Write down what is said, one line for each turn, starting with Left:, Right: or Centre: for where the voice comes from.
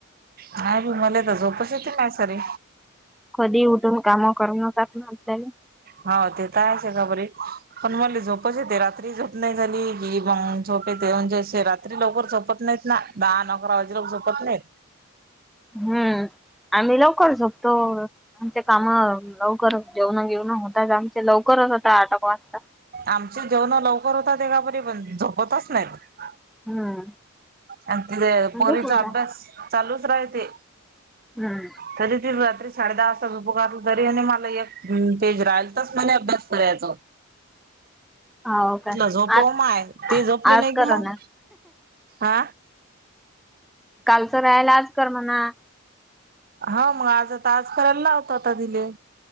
Right: नाही भी मला तर झोपच येते नाही सरी.
Centre: कधी उठून काम करूनच मग काय.
Right: हो ते तर आहेच आहे खबरी पण मला झोपच येत रात्रीच झोप नाही झाली की मग झोपेत म्हणजे असे रात्री लवकर झोपत नाहीत ना दहा नऊ अकरा वाजे लोक झोपत नाही.
Centre: हम्म, आम्ही लवकर झोपतो. आमचे काम लवकर जेवण घेऊन होताच आमचे लवकरच होता आठ एक वाजता.
Right: आमचे जेवण लवकर होता ते, कापरी पण झोपतच नाहीत
Centre: हम्म.
Right: आणि तिथे पोरीचा
Centre: झोपून
Right: अभ्यास
Centre: जा.
Right: चालूच राहते.
Centre: हम्म
Right: तरी त रात्री साडे दहा वाजता उपकारला, तरी आणि मला एक पेज राहिल तरच मणे अभ्यास करायच.
Centre: <inaudible> हो का
Right: झोपव
Centre: आज,
Right: माय ते झोपले
Centre: आज
Right: नाही
Centre: कर
Right: की मग
Centre: ना.
Right: हा
Centre: कालचं राहायला आज कर म्हणा.
Right: हो मग आजता आज करायला लावतो आता तिले.